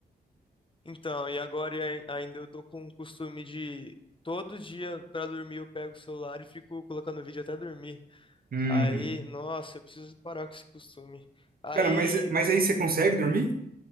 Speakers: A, on the left (about 30°); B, on the right (about 55°).
A: Então, e agora e ai- ainda eu tô com o costume de todo dia pra dormir eu pego o celular e fico colocando vídeo até dormir.
B: Uhum.
A: Aí, nossa, eu preciso parar com esse costume. Aí,
B: Cara, mas, mas aí você consegue dormir?